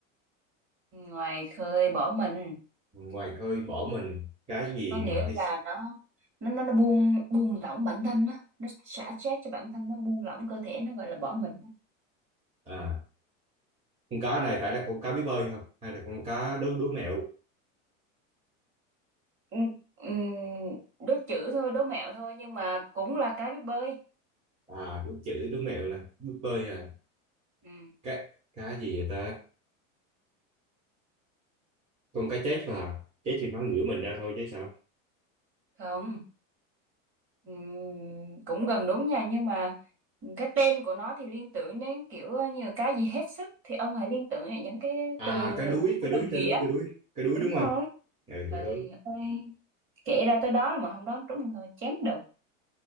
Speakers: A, on the right; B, on the right.
A: ngoài khơi bỏ mình
B: ngoài khơi bỏ mình cá gì
A: có nghĩa
B: mà hết
A: là
B: sức-
A: nó nó nó, nó buông buông lỏng bản thân á nó xả stress cho bản thân nó buông lỏng cơ thể nó gọi là bỏ mình
B: à con cá này phải là con cá biết bơi không hay là con cá đố đố mẹo
A: ừ, ừ, đố chữ thôi đố mẹo thôi nhưng mà cũng là cái biết bơi
B: à đúng chữ đố mẹo là biết bơi à
A: ừ.
B: cá cá gì vậy ta con cá chết mà chết thì nó ngửa mình ra thôi chứ sao
A: không ừ, cũng gần đúng nha nhưng mà cái tên của nó thì liên tưởng đến kiểu như là cái gì hết sức thì ông hãy liên tưởng đến những cái
B: à
A: từ
B: cá đuối
A: mà
B: cá
A: nó
B: đuối
A: đồng nghĩa
B: cá đuối cá đuối cá đuối
A: đúng
B: đúng
A: rồi
B: không ừ
A: trời
B: cá đuối
A: ơi kể ra tới đó mà không đoán trúng thì thôi chém đầu